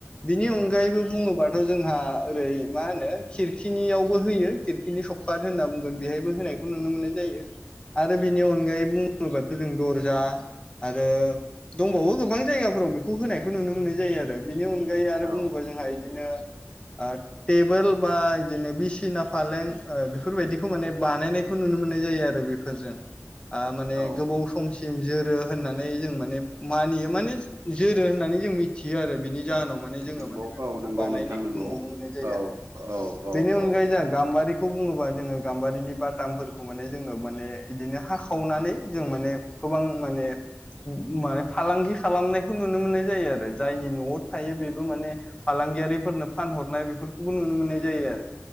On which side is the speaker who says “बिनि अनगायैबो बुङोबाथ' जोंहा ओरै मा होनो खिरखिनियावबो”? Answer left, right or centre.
Left